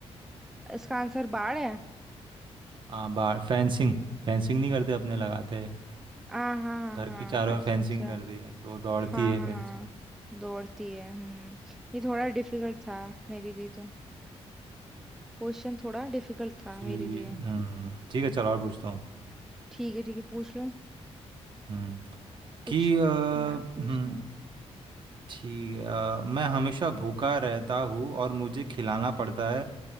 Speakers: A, in the centre; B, on the right.
A: इसका आंसर बाढ़ है
B: हाँ बाढ़ फेंसिंग फेंसिंग नहीं करते अपने लगाते हैं।
A: हाँ हाँ हाँ
B: घर
A: हाँ
B: के चारों
A: अच्छा
B: ओर फेंसिंग
A: अच्छा
B: कर दी है तो दौड़ती
A: हाँ
B: है
A: हाँ
B: फेंसिंग
A: हाँ दौड़ती है हम्म ये थोड़ा डिफिकल्ट था मेरे लिए तो क्वेश्चन थोड़ा डिफिकल्ट था
B: कि
A: मेरे लिए
B: हम्म ठीक है चलो और पूछता हूँ
A: ठीक है ठीक है पूछ लो
B: हम्म
A: कुछ
B: कि अ,
A: हार्ड पूछना
B: हम्म
A: है
B: ठीक है, अ, मैं हमेशा भूखा रहता हूँ और मुझे खिलाना
A: हम्म,
B: पड़ता है